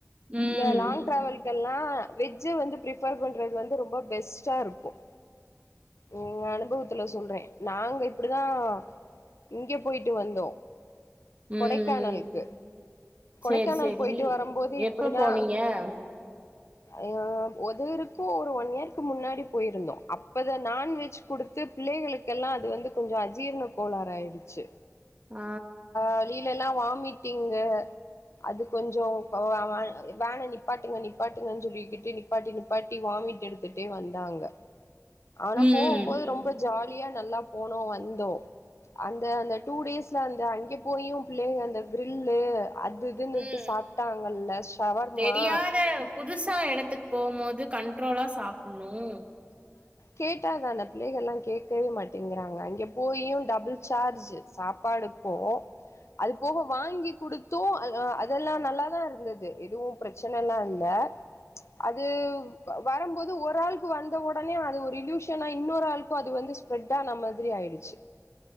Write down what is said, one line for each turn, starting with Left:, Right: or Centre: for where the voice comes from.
Right: ம்
Left: இந்த லாங் டிராவல் கு எல்லாம் வெஜ் வந்து பிரிபேர் பண்றது வந்து ரொம்ப பெஸ்ட்டா இருக்கும் உம் அனுபவத்துல சொல்றேன் நாங்க இப்படிதான் இங்க போயிட்டு வந்தோம்
Right: ம் ம்
Left: கொடைக்கானலுக்கு கொடைக்கானல்
Right: சேரி சேரி
Left: போயிட்டு வரும்போது
Right: எப்ப
Left: இப்படிதான்
Right: போனீங்க
Left: ஆஹ் உதவருக்கும் ஒரு ஒன் இயருக்கு முன்னாடி போயிருந்தோம் அப்ப இத நான்வெஜ் கொடுத்து பிள்ளைகளுக்கெல்லாம் அது வந்து கொஞ்சம் அஜீர்ண கோளாறு ஆயிடுச்சு
Right: ஆ
Left: வழியில எல்லாம் வா மிட்டிங்கு அது கொஞ்சம் வேனை நிப்பாட்டுங்க நிப்பாட்டுங்கன்னு சொல்லிக்கிட்டு நிப்பாட்டி நிப்பாட்டி வாமிட் எடுத்துட்டே வந்தாங்க ஆனா
Right: ம்
Left: போகும்போது ரொம்ப ஜாலியா நல்லா போனோம் வந்தோம் அந்த அந்த டூ டேஸ்ல அந்த அங்கே போயும் பிள்ளைங்க அந்த கிரில்லு அது இதுன்னுட்டு
Right: ம்
Left: சாப்பிட்டாங்கல்ல ஷவர்மா
Right: தெரியாத புதுசா இடத்துக்கு போகும்போது கண்ட்ரோலா சாப்புட்ணும்
Left: கேட்டாத அந்த பிள்ளைகள் எல்லாம் கேட்கவே மாட்டேங்கிறாங்க அங்க போயும் டபுள் சார்ஜ் சாப்பாடுப்போ அது போக வாங்கி கொடுத்தும் அதெல்லாம் நல்லாதான் இருந்தது எதுவும் பிரச்சனை எல்லாம் இல்ல அது வரும்போது ஒர் ஆள் வந்த உடனே அது ஒரு இயூஷனா இன்னொரு ஆளுக்கும் அது வந்து ஸ்ப்ரெட் ஆன மாதிரி ஆயிடுச்சு